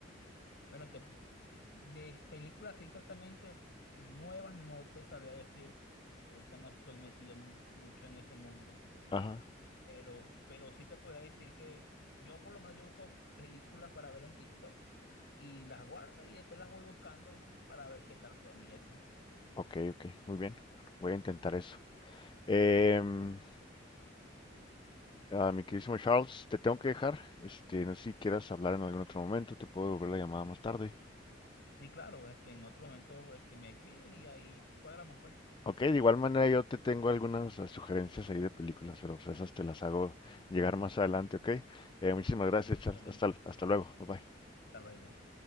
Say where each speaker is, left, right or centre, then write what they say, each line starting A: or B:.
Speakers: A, on the left; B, on the left.
A: Bueno, te, pu- de películas sí, exactamente nuevas no te sabría decir. Ahorita no estoy metido mu- mucho en ese mundo.
B: Ajá,
A: Pero, pero sí te podría decir que yo por lo menos yo busco películas para ver en TikTok y las guardo y después las voy buscando para ver qué tal son y eso.
B: ok, ok, muy bien. Bueno, voy a intentar eso. Em,
A: Sí,
B: ah, mi queridísimo Charles, te tengo que dejar. Este, no sé si quieras hablar en algún otro momento, te puedo devolver la llamada más tarde.
A: sí, claro, este, en otro momento este, me escribes y ahí cuadramos, pues.
B: Ok, de igual manera yo te tengo algunas eh, sugerencias ahí de películas, pero pues, esas te las hago llegar más adelante, ok. Eh, muchísimas
A: Bueno,
B: gracias,
A: excelente.
B: Charles. Hasta, hasta luego, bye bye.
A: Hasta luego.